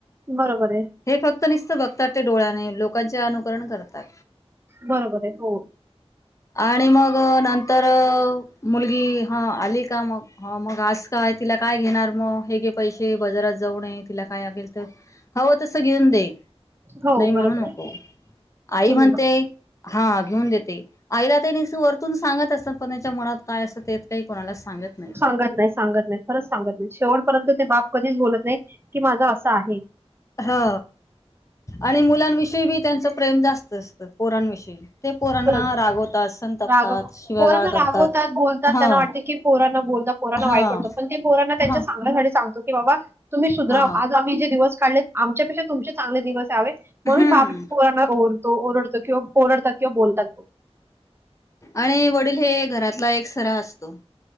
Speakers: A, on the right (about 20°); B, on the left (about 30°).
A: बरोबर आहे
B: हे फक्त नुसत बघतात ते डोळ्याने लोकांचे अनुकरण करतात.
A: बरोबर आहे हो
B: आणि मग नंत तर... मुलगी हा आली का मग मग अस का? तिला काय घेणार? मग हे पैसे बाजारात जाऊ नये तिला काय? लागेल तर तस घेऊन दे
A: हो
B: नाही म्हणू
A: बरोबर
B: नको
A: आहे.
B: आई
A: हम्म
B: म्हणते हा.. घेऊन देते. आईला तेन वरतून सांगत असत तर कोणाच्या मनात काय असतं ते काही कोणाला सांगत नाही ते
A: सांगत नाहीत, सांगत नाहीत, खरच सांगत नाहीत शेवटपर्यंत ते बाप कधीच बोलत नाही की माझा असं आहे.
B: हा आणि मुलांविषयी बी त्यांच प्रेम जास्त असतं पोरांविषयी ते पोरांना
A: खरचं
B: रागवतात संतपतात
A: राग
B: शिव्यागाळ
A: पोरांना रागवतात
B: करतात
A: बोलतात,
B: हा
A: त्यांना वाटते की पोरांना बोलत पोरांना
B: हा
A: वाईट वाटतं. पण ते पोरांना त्यांच्या
B: हा
A: चांगल्यासाठी सांगतो. की बाबा तुम्ही सुधरा
B: हा
A: आज आम्ही जे दिवस काढले. आमच्यापेक्षा तुमचे चांगले दिवस यावेेत. म्हणून
B: हम्म
A: बाप पोरांना ओरड तो ओरडतो किंवा ओरडतात किंवा बोलतात.
B: आणि वडील हे घरातला एक सरा असतो.